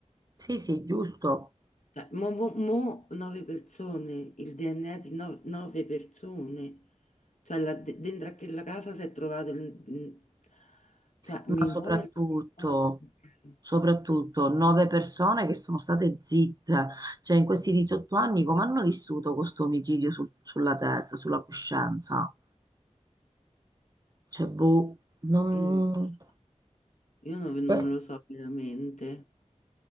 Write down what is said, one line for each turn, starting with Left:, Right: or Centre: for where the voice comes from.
Right: Sì, sì, giusto.
Left: Cioè, mo, mo- mo nove persone, il DNA di no- nove persone, cioè là de- dentro a quella casa si è trovato il... Cioè,
Right: Ma
Left: mi
Right: soprattutto,
Left: pare... allucinante.
Right: soprattutto nove persone che sono state zitte. Cioè, in questi 18 anni, come hanno vissuto questo omicidio sul- sulla testa, sulla coscienza? Cioè, boh, non...
Left: Io non lo so. Io non, non
Right: Beh.
Left: lo so veramente.